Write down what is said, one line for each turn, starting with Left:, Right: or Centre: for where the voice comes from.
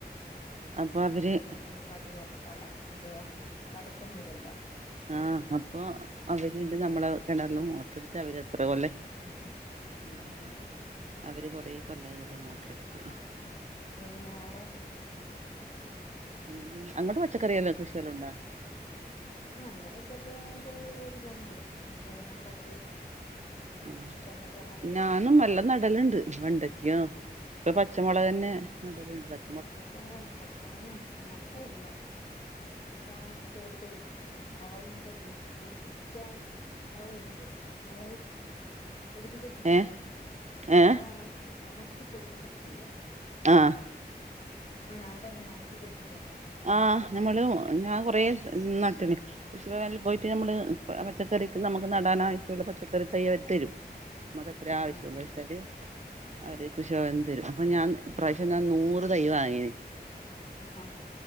Right: അപ്പൊ അവര്
Left: ചില വെള്ളത്തിന് കടി വറക്കാ എന്താ കടുപ്പം കൂടുതലാ
Right: ആഅപ്പൊ അവര്
Left: ഉം
Right: നമ്മള കിണറില മോട്ടോറി ട്ട് അവര്ത്ര പോല്ലെ
Left: ഉ ഉ ഉ ഉ ഉ
Right: അവര് കൊറ കൊല്ലാം മോട്ടർ എടുത്ത്
Left: പിന്നെ വേറെ
Right: പിന്ന അങ്ങോട്ട് പച്ചക്കറെല്ലാം കൃഷിയെല്ലാം ഉണ്ടോ
Left: ആഇവിടെ ചെറിയ ചെറിയ തോതിലുണ്ട് മറ്റേ വെണ്ടക്കയും
Right: ആ
Left: വെണ്ടക്ക പയറ്
Right: ഞാനും നല്ല നടലുണ്ട് വെണ്ടക്കോ ഇപ്പൊ പച്ചമുളക് തന്നെ നാടല് ണ്ട്
Left: പച്ചമുള പച്ചമുളകക് ന നട്ടയല്ല ചണന്നൊക്കെ എടുത്ത് ഉ ഉളവും മക്കെ <unintelligible> പൊടിപ്പിക്കാൻ മുളക് വെടിക്കൂല്ലോ മുളക് പൊടിപ്പിക്കത്തില്ലയോ
Right: ഏ ഏ
Left: മുളക ഉണക്കി ഉണക്കി പൊടിപ്പിക്കത്തില്ലയോ
Right: ആ
Left: അങ്ങനെ അവിടെ എങ്ങനെ ഉണക്കിൊഠിപ്പിക്കാംന്നോ
Right: ആ നമ്മള് ഞാൻ കൊറെേ നട്ടിണ് കൃഷിഭനിൽ പോയിട്ട് നമ്മള് പച്ചക്ക നമുക്ക് നടാൻ ആവശ്യമുള്ള പച്ചക്കറി തൈ അവര് തരും മക്ക അത്ര ആവശ്യുള്ളച്ചാല്
Left: ആഹ്
Right: അവര് കൃഷഭവൻ തരും അപ്പൊ ഞാൻ ഇ പ്രാവശ്യം ഞാൻ നൂറ് തൈ വാങ്ങീെ
Left: ആആ